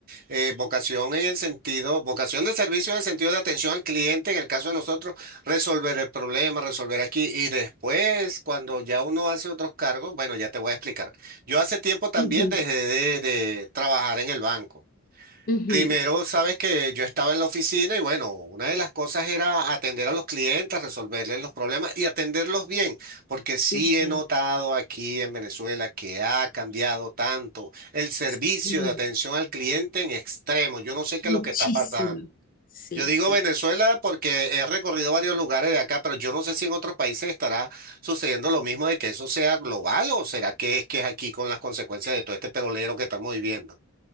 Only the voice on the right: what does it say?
eh, vocación en el sentido, vocación de servicio en el sentido de atención al cliente, en el caso de nosotros, resolver el problema, resolver aquí y después, cuando ya uno hace otros cargos, bueno, ya te voy a explicar. Yo hace tiempo también
dejé de de trabajar en el banco.
Primero, sabes que yo estaba en la oficina y bueno, una de las cosas era atender a los clientes, resolverles los problemas y atenderlos bien, porque sí
he notado aquí en Venezuela que ha cambiado tanto el servicio
de atención al cliente en extremo. Yo no sé qué
es lo que está pasando.
Yo digo
Venezuela porque he recorrido varios lugares de acá, pero yo no sé si en otros países estará sucediendo lo mismo de que eso sea global o será que es que es aquí con las consecuencias de todo este perolero que estamos viviendo.